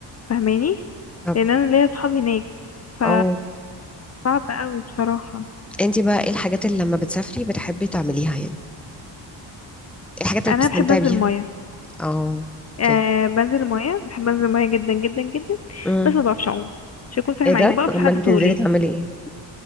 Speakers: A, on the left; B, in the centre.
A: فاهماني
B: طب
A: لان انا ليا اصحاب هناك ف
B: اه
A: صعب قوي بصراحة
B: انت بقى ايه الحاجات اللي لما بتسافري بتحبي تعمليها يعني ايه الحاجات اللي
A: انا
B: بتستمتعي
A: بحب انزل
B: بيها
A: مية
B: اه
A: أه
B: اوكي
A: بنزل المية بحب انزل المية جدا جدا جدا
B: امم
A: بس ما بعرفش اعوم مش هكون صريحة
B: ايه
A: معاكي
B: ده
A: بقف
B: امال
A: لحد
B: بتنزلي
A: طولي
B: تعملي ايه